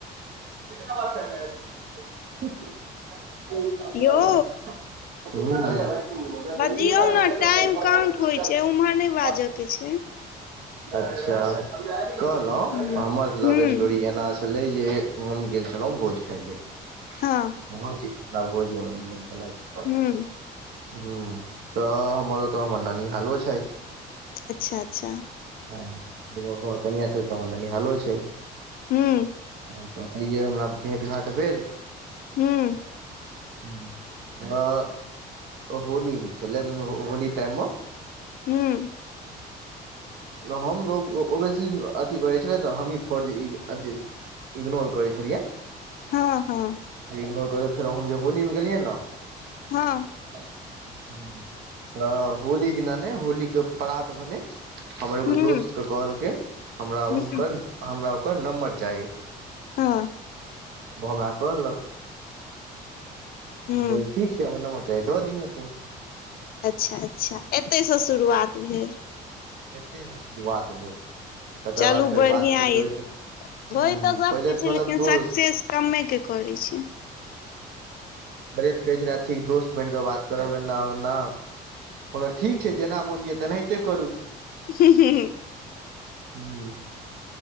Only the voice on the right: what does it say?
<unintelligible> <unintelligible> हुं। <unintelligible>
अच्छा कहलहु
हमर लव
स्टोरी एना छलै जे हम गेल छलहुँ भोज खाय लेल।
<unintelligible>
हँ तऽ हमर ओतऽ हमर नानी हालो छथि।
हँ जतऽ के हमर कनिया छै ओतऽ हमर ननी हालो छै।
तऽ ओतैये हमरा भेट घाट भेल।
हूं हँ। होली मे छलय हो होली टाइममे
हम ओ ओ बेसी अथी करै छलै तऽ हमही फ अ इ अथी इग्नोर करै छलियैन।
इग्नोर करलैथि फेर हम जे होली मे गेलियै न
हूं तऽ होली दिना ने होली के परात भने हमर
एगो दोस्तके कहलकै हमरा
हुनकर हमरा ओकर नम्बर चाही।
ओ हमरा कहलक हम
कहलियै ठीक छै हमर नम्बर चाहे द दिहैं तू।
एतेसँ शुरुआत भेल तकर
बाद फेर
बात होइत
होइत
हूँ
पहिले
कहलक
दोस्त
पहिले तऽ कहै छलै अथी दोस्त बनि कऽ बात करब एना ओना। कहलहु ठीक छै जेना मोन यऽ तेनाहिते करू।
हूँ।